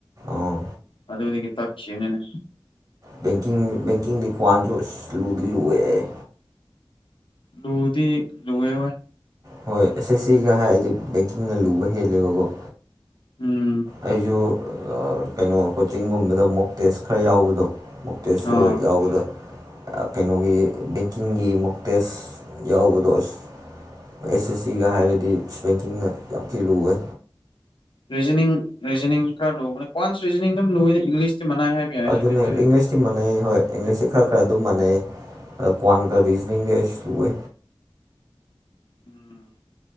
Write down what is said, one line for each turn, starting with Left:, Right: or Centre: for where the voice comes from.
Right: ꯑꯥ
Left: ꯑꯗꯨꯗꯒꯤ ꯇꯠꯈꯤꯕꯅꯤꯅꯦ
Right: ꯕꯦꯡꯀꯤꯡ ꯕꯦꯡꯀꯤꯡꯗꯤ <unintelligible> ꯑꯁ ꯂꯨꯗꯤ ꯂꯨꯑꯦ
Left: ꯂꯨꯕꯗꯤ ꯂꯨꯋꯦ ꯍꯣꯏ
Right: ꯍꯣꯏ ꯑꯦꯁ ꯑꯦꯁ ꯁꯤꯒ ꯍꯥꯏꯔꯗꯤ ꯕꯦꯡꯀꯤꯡꯅ ꯂꯨꯕ ꯍꯦꯜꯂꯦꯕꯀꯣ
Left: ꯎꯝ
Right: ꯑꯩꯁꯨ ꯑ ꯀꯩꯅꯣ ꯀꯣꯆꯤꯡꯒꯨꯝꯕꯗ ꯃꯣꯛ ꯇꯦꯁ ꯈꯔ ꯌꯥꯎꯕꯗꯣ ꯃꯣꯛ ꯇꯦꯁꯁꯨ
Left: ꯑꯥ
Right: ꯌꯥꯎꯕꯗꯣ ꯑ ꯀꯩꯅꯣꯒꯤ ꯕꯦꯡꯀꯤꯡꯒꯤ ꯃꯣꯛꯇꯦꯁ ꯌꯥꯎꯕꯗꯣ ꯑꯁ ꯑꯦꯁ ꯑꯦꯁ ꯁꯤꯒ ꯍꯥꯏꯔꯗꯤ ꯑꯁ ꯕꯦꯡꯀꯤꯡꯅ ꯌꯥꯝ ꯊꯤ ꯂꯨꯋꯦ
Left: ꯔꯤꯖꯅꯤꯡ ꯔꯤꯖꯅꯤꯡꯁꯨ ꯈꯔ ꯂꯨꯕ ꯀ꯭ꯋꯥꯟꯁ ꯔꯤꯖꯅꯤꯡ ꯑꯗꯨꯝ ꯂꯨꯏꯗ ꯏꯪꯂꯤꯁꯇꯤ ꯃꯅꯥꯏ ꯍꯥꯏꯕ ꯌꯥꯏ
Right: <unintelligible> ꯏꯪꯪꯂꯤꯁ ꯁꯤ ꯃꯥꯟꯅꯩ ꯍꯣꯏ ꯏꯪꯂꯤꯁꯁꯤ ꯈꯔ ꯈꯔ ꯑꯗꯨꯝ ꯃꯥꯟꯅꯩꯌꯦ ꯑꯗꯣ ꯀ꯭ꯋꯥꯟꯒ ꯔꯤꯖꯅꯤꯡꯗꯤ ꯑꯩꯁꯨ ꯂꯨꯋꯦ
Left: ꯎꯝ